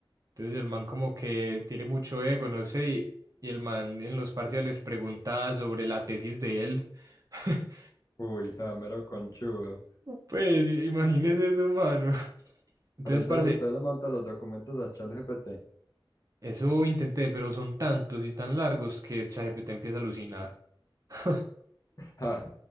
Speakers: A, on the right (about 40°); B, on the left (about 40°).
A: Entonces el man como que tiene mucho ego, no sé. Y, y el man en los parciales pregunta sobre la tesis de él. <laughs>
B: Uy, ja, mero conchudo.
A: Pues imagínese eso, mano. Entonces,
B: Pero entonces
A: parce.
B: usted le monta los documentos a ChatGPT. <laughs>
A: Eso intenté, pero son tantos y tan largos que ChatGPT empieza a alucinar. <laughs>
B: Ja,